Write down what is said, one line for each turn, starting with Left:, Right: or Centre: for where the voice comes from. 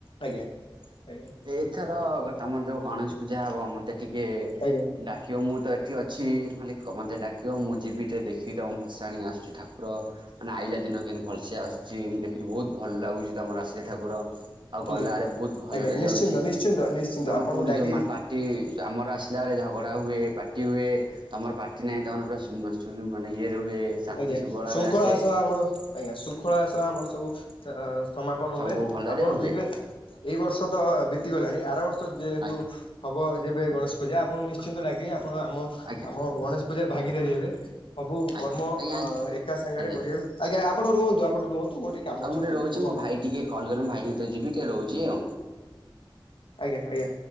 Left: ଆଜ୍ଞା। ଆଜ୍ଞା
Right: ଏଇଥର ତମର ଯୋଉ ଗଣେଶ ପୂଜା ହବ ମତେ ଟିକେ
Left: ଆଜ୍ଞା
Right: ଡାକିବ ମୁଁ ତ ଏଠି ଅଛି ଖାଲି ମୋତେ ଡାକିବ ମୁଁ ଯିବି ଟିକେ ଦେଖିବି ତମ ଭସାଣି ଆସୁଛି ଠାକୁର ମାନେ ଆଇଲା ଦିନ କେମତି ଭଲସେ ଆସଛି ଦେଖୁଛି ବହୁତ ଭଲ ଲାଗୁଛି ତମର ଆସିଲେ ଠାକୁର। ଆଉ
Left: ଠିକ
Right: ଗଲାବେଳେ ବହୁତ ଭଲରେ
Left: ଆଜ୍ଞା ନିଶ୍ଚିନ୍ତ
Right: ଯାଉଛି
Left: ନିଶ୍ଚିନ୍ତ ନିଶ୍ଚିନ୍ତ
Right: ତମ
Left: ଆପଣଙ୍କୁ
Right: କୋଉଠି
Left: ଡାକିବି
Right: ଯିବ ମାନେ ପା ପାଟି ଆମର ଆସିଲାବେଳେ ଝଗଡ଼ା ହୁଏ ପାଟି ହୁଏ। ତମର ପାଟି ନାହିଁ ତମର ପୁରା ମାନେ ଇଏରେ ହୁଏ। ଶାନ୍ତି
Left: ଆଜ୍ଞା
Right: ଶୃଙ୍ଖଳାରେ
Left: ଶୃଙ୍ଖଳା
Right: ଆସେ
Left: ସହ ଆମର ଆଜ୍ଞା ଶୃଖଳା ସହ ଆମର ସବୁ ସମାପନ
Right: ସବୁ
Left: ହୁଏ
Right: ଭଲରେ
Left: ଆପଣ
Right: ହୁଏ
Left: ଯେବେ ଏଇ ବର୍ଷ ତ ବିତିଗଲାଣି ଆର ବର୍ଷ ଯେହେତୁ
Right: ଆଜ୍ଞା
Left: ହବ ଯେବେ ଗଣେଶ ପୂଜା ଆପଣ ନିଶ୍ଚିନ୍ତ ଡାକିବେ ଆପଣ ଆମ
Right: ଆଜ୍ଞା
Left: ଆମ ଗଣେଶ ପୂଜାରେ ଭାଗିଦାରୀ ହେବେ ସବୁ
Right: ଆଜ୍ଞା ଆଜ୍ଞା
Left: କର୍ମ ହଁ
Right: ଆଜ୍ଞା
Left: ଏକା ସାଙ୍ଗରେ
Right: ଆଜ୍ଞା
Left: କରିବୁ ଆଜ୍ଞା ଆପଣ ରୁହନ୍ତୁ ଆପଣ ରୁହନ୍ତୁ ମୋର ଟିକେ କାମ
Right: ଆଉ
Left: ଅଛି
Right: ଗୋଟେ
Left: ମୁଁ
Right: ରହୁଛି
Left: ଯିବି ରୁହନ୍ତୁ।
Right: ମୋ ଭାଇ ଟିକେ କଲ୍ କଲ ଭାଇ ହିଁତ ଯିବିି ଟିକେ ରହୁଛି ଆଉ
Left: ଆଜ୍ଞା ଆଜ୍ଞା।